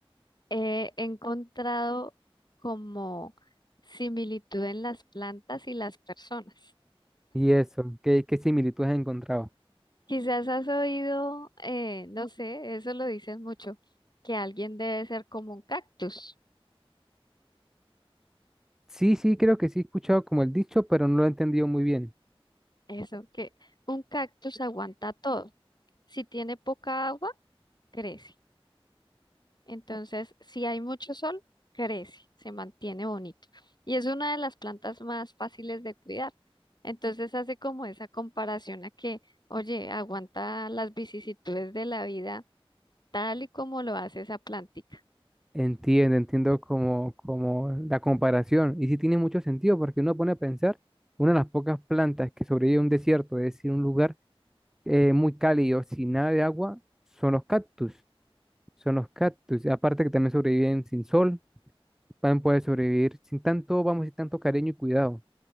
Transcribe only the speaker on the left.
he encontrado como similitud en las plantas y las personas.
Quizás has oído, eh, no sé, eso lo dicen mucho, que alguien debe ser como un cactus.
Eso, que un cactus aguanta todo. Si tiene poca agua, crece. Entonces, si hay mucho sol, crece, se mantiene bonito. Y es una de las plantas más fáciles de cuidar. Entonces hace como esa comparación a que, oye, aguanta las vicisitudes de la vida tal y como lo hace esa plántica.